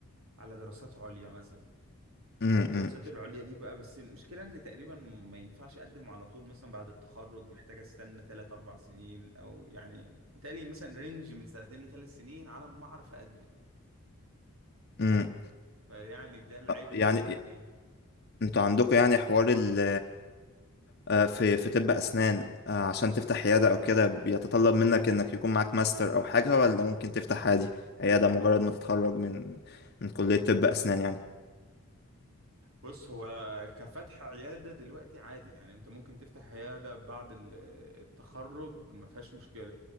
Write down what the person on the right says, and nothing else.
على دراسات عليا مثلا
الدراسات
العليا دي بقى بس المشكلة ان تقريبا ما ينفعش اقدم على طول مثلا بعد التخرج محتاج استنى 3 4 سنين او يعني بالتالي مثلا رينج من سنتين لثلاث سنين على ما اعرف اقدم
فيعني ده العيب
اللي شايفه فيها
بص هو كفتح عيادة دلوقتي عادي يعني انت ممكن تفتح عيادة بعد ال- التخرج ما فيهاش مشكلة